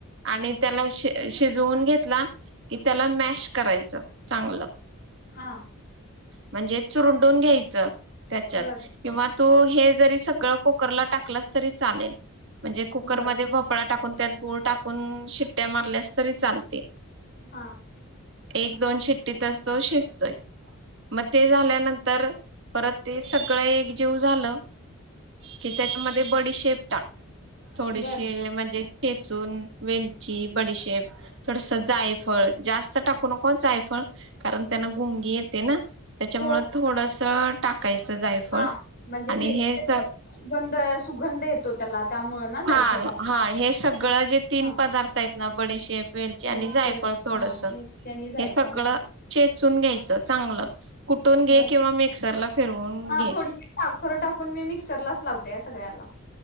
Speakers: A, on the right; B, on the left.
A: आणि
B: ह
A: त्याला शिजवून घेतला की त्याला मॅश करायचं चांगलं.
B: हा.
A: म्हणजे चुरडून घ्यायचं त्याच्यात
B: बर
A: किंवा, तू हे जरी सगळं कुकरला टाकलंस तरी चालेल. म्हणजे कुकरमध्ये
B: बर
A: भोपळा टाक. त्यात गुळ टाकून शिट्टया मारल्यास तरी चालते.
B: हा,
A: एक दोन शिट्टीतच तो शिजतोय. मग ते झाल्यानंतर परत ते सगळं एकजीव झालं की त्याच्यामध्ये बडीशेप टाक. थोडीशी
B: बर
A: म्हणजे ठेचून वेलजी, बडीशेप थोडस जायफळ जास्त टाकू नको जायफळ कारण त्यांना गुंगी येते ना, त्याच्यामुळे
B: हो
A: थोडस, टाकायचं जायफळ
B: हा म्हणजे
A: आणि
B: मी
A: हे स
B: सुगंध सुगंध येतो त्याला, त्यामुळे ना जायफळ
A: हा
B: टाकायची
A: हा हे सगळं जे तीन
B: हा
A: पदार्थ आहेत. ना, बडी शेफ वेलची आणि
B: बडीशेप
A: जायफळ थोडस
B: हा मिरची आणि जायफळ
A: हे सगळं
B: हा
A: <inaudible> सुन घ्यायचं चांगलं, कुठून घे
B: बर
A: किंवा मिक्सरला फिरवून
B: हा
A: घे
B: थोडीशी साखरं टाकून मी मिक्सरलाच लावते, या सगळ्याला